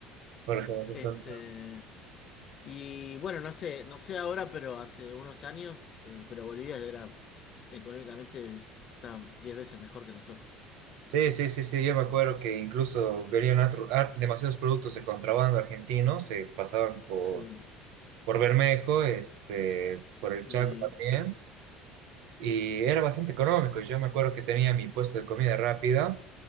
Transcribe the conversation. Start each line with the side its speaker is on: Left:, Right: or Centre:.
Right: Porque nosotros
Left: Este. Y bueno, no sé, no sé ahora, pero hace unos años, eh, pero Bolivia era económicamente está 10 veces mejor que nosotros.
Right: Sí, sí, sí, sí, yo me acuerdo que incluso venían atro- ah, demasiados productos de contrabando argentinos, se pasaban por,
Left: Sí,
Right: por Bermejo, este, por el
Left: y,
Right: Chaco también, y era bastante económico. Yo me acuerdo que tenía mi puesto de comida rápida